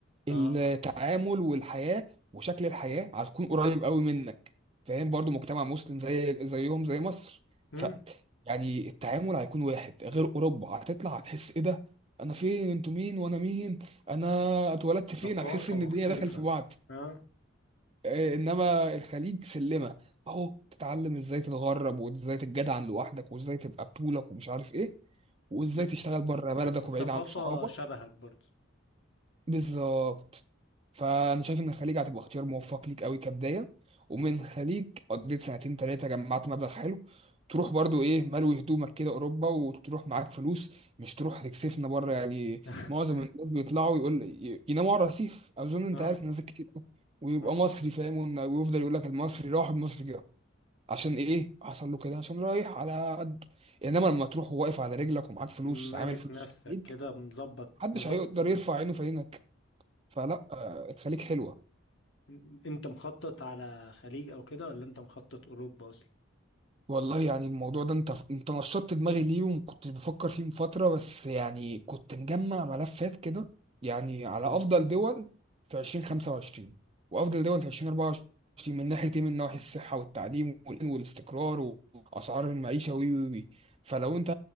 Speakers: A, on the left; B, on the right.
A: اه
B: التعامل والحياة وشكل الحياة هتكون قريب قوي منك فاهم برضو مجتمع مسلم زي زيهم زي مصر
A: مم.
B: ف يعني التعامل هيكون واحد غير اوروبا هتطلع هتحس ايه ده انا فين انتوا مين وانا مين انا اتولدت فين
A: ثقافة
B: هتحس ان
A: مختلفة
B: الدنيا دخلت في بعض
A: اه
B: آه، انما الخليج سلمة اهو تتعلم ازاي تتغرب وازاي تتجدعن لوحدك وازاي تبقى بطولك ومش عارف ايه وازاي
A: بس
B: تشتغل بره بلدك
A: بس الثقافة
B: وبعيد عن صحابك
A: شبهك برضو
B: بالظبط فانا شايف ان الخليج هتبقى اختيار موفق ليك قوي كبدايه ومن الخليج قضيت سنتين ثلاثه جمعت مبلغ حلو تروح برضو ايه ملوي هدومك كده اوروبا وتروح معاك فلوس مش تروح تكسفنا بره يعني
A: <laughs>
B: معظم الناس بيطلعوا يقول ي- يناموا على الرصيف اظن انت
A: اه
B: عارف ناس كتير أوي. ويبقى
A: اه
B: مصري فاهم ون- ويفضل يقول لك المصري راح المصري جه عشان ايه حصل له كده عشان رايح على قده انما لما تروح واقف على رجلك ومعاك فلوس
A: مالك
B: عامل فلوس
A: نفسك
B: في الخليج
A: كده مظبط
B: محدش
A: مظبط
B: هيقدر
A: أرضك
B: يرفع عينه في فلا آه، تخليك حلوه
A: ن- انت مخطط على خليج او كده ولا انت مخطط اوروبا اصلا
B: والله يعني الموضوع ده انت انت نشطت دماغي ليه وكنت بفكر فيه من فترة بس يعني كنت مجمع ملفات كده يعني على
A: مم.
B: افضل دول في 2025 وافضل دول في 2024 من ناحية ايه من ناحية الصحة والتعليم والامن والاستقرار واسعار المعيشة وي وي وي فلو انت